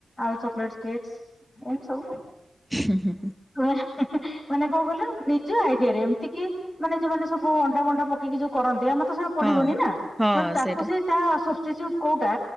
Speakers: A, on the left; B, in the centre.
A: ଆଉ ଚକଲେଟ୍ସ୍ କେକ୍ସ୍ ସବୁ
B: ହୁଁ, ହୁଁ, ହୁଁ।
A: ଉହେଁହେଁ, ହେଁ ମାନେ କଣ କଇଲ ନିଜ ଆଇଡିଆରେ ଏମତି କି ମାନେ ଯୋଉମାନେ ସବୁ ଅଣ୍ଡା, ବଣ୍ଡା ପକେଇ କି ଯୋଉ କରନ୍ତି ଆମର୍ ତ ସେଵ୍ ପଡିବନି
B: ହଁ
A: ନା
B: ହଁ
A: ତେଣୁ ତାକୁ
B: ସେଇଟା
A: ସେ ତା ସୋଷ୍ଟିଚ୍ୟୁଜ୍ କୋଉଟା